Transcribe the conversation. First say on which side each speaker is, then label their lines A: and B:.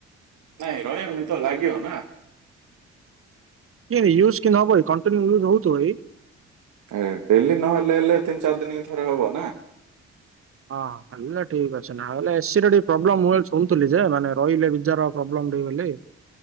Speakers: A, on the right; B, on the right.
A: ନାଇଁ ରମିବ ନି ତ ଲାଗିିବ ନା।
B: <unintelligible>
A: ଏ ଡେଲି ନହେଲେ ହେଲେ ତିନି ଚାରି ଦିନି କେ ଥରେ ହବ ନା।
B: ହଁ ହେଲା ଠିକ ଅଛି। <unintelligible> ଲେ ଏସିିରେ ଟିକେ ପ୍ରୋବ୍ଲେ ମୁଁ ଶୁଣୁଥିଲି ଯେ ମାନେ ରହିଲେ ବିଜାର ପ୍ରୋବ୍ଲେମ ଟିକେ ବୋଲି।